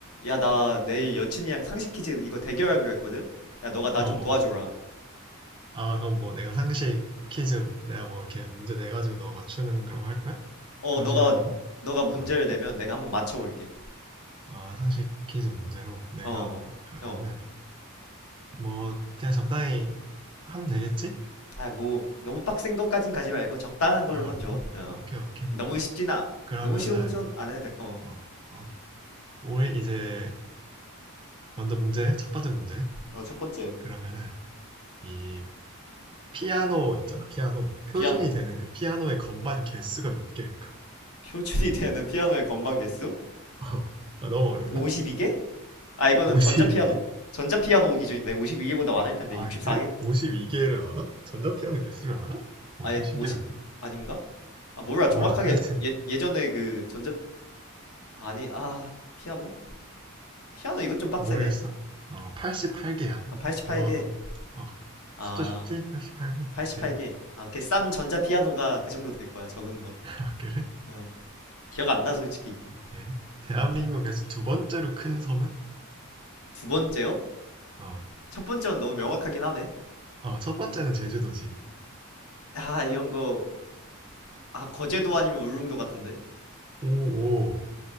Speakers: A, on the left; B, on the right.
A: 야, 나 내일 여친이랑 상식 퀴즈 이거 대결하기로 했거든? 야, 너가 나
B: 어,
A: 좀
B: 어.
A: 도와줘라.
B: 아, 그럼 뭐 내가 상식 퀴즈 내가 뭐 이렇게 문제 내가지고 너가 맞추는 그런 거 할 거야?
A: 어,
B: 그런
A: 너가,
B: 식으로 해야 되나?
A: 너가 문제를
B: 아,
A: 내면 내가 한번 맞춰볼게.
B: 아, 상식 퀴즈 문제로 내가
A: 어, 어,
B: 그러면은
A: 어.
B: 뭐 그냥 적당히 하면 되겠지?
A: 아, 뭐, 너무 빡센 것까진 가지 말고 적당한
B: 아,
A: 걸로만 줘.
B: 그래?
A: 어.
B: 오케이, 오케이.
A: 너무 쉽진 아,
B: 그러면은
A: 너무 쉬운 건 좀 안 해도 돼. 어.
B: 어, 오케이. 우리 이제 먼저 문제, 첫 번째 문제.
A: 어, 첫 번째.
B: 그러면은 이 피아노 있잖아, 피아노. 표준이
A: 피아노.
B: 되는 그 피아노의 건반 개수가 몇 개일까?
A: 표준이 되는 피아노의 건반 개수?
B: <laughs> 아, 너무 어렵나?
A: 52개? 아, 이거는
B: 뭐지
A: 전자피아노,
B: 이게?
A: 전자피아노 기준인데 52개보다 많을 텐데
B: 아,
A: 64개?
B: 그래? 52개를 알아? 전자피아노 개수를 알아? 와,
A: 아예
B: 그거 신기하네.
A: 50, 아닌가? 아, 몰라.
B: 몰라.
A: 정확하게
B: 하여튼,
A: 예, 예전에 그 전자, 아니, 아, 피아노? 피아노 이것 좀 빡세네.
B: 모르겠어. 어, 88개야.
A: 아, 88개.
B: 외워도. 어,
A: 아,
B: 숫자 쉽지? 88개.
A: 88개.
B: 오케이.
A: 아, 오케이. 싼 전자 피아노가 그 정도 될 거야. 적은 거.
B: <laughs> 아, 그래?
A: 어. 기억 안 나, 솔직히.
B: 오케이. 대한민국에서
A: 음.
B: 두 번째로 큰 섬은?
A: 두 번째요?
B: 어,
A: 첫 번째는 너무 명확하긴 하네.
B: 어, 첫 번째는 제주도지.
A: 아, 이런 거. 아, 거제도 아니면 울릉도 같은데.
B: 오, 오.